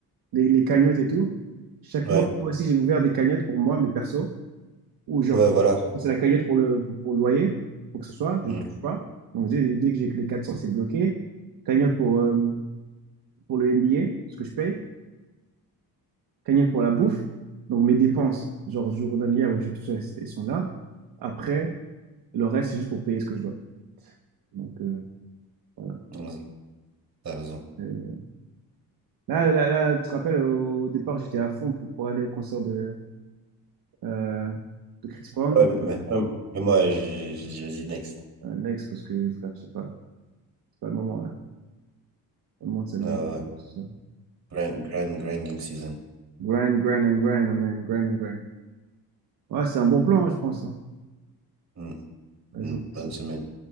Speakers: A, on the right (about 70°); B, on the right (about 50°).
A: les, les cagnottes et tout, chaque
B: Ouais,
A: mois, moi aussi, j'ai ouvert des cagnottes pour moi, mes persos, ou genre,
B: ouais, voilà.
A: c'est la cagnotte pour le, pour, pour le loyer, pour que ce soit, je
B: Mhm.
A: ne touche pas. Donc, dès, dès que j'ai que les 400 c'est bloqué. Cagnotte pour, euh, pour le MBA, ce que je paye. cagnotte pour la bouffe. Donc mes dépenses, genre journalières où je touche, elles elles sont là. Après, le reste, c'est juste pour payer ce que je dois. Donc euh, voilà.
B: Ouais, T'as raison.
A: Euh, là, là, là, tu te rappelles, au départ, j'étais à fond pour, pour aller au concert de, euh, de Chris Brown.
B: Ouais, mais, mais- même- mais moi, j'ai j'ai dit, vas-y, next.
A: Euh, next, parce que frère, je sais pas, c'est pas le moment là. C'est pas le moment de s'amuser.
B: Ouais, ouais.
A: tout ça.
B: Grind, grind, grinding season.
A: Grind, grind and grind, amen, grind and grind. Ouais, c'est un bon plan, hein, je pense. hein.
B: Mhm.
A: Vas-y,
B: Une
A: on fait
B: bonne
A: ça.
B: semaine.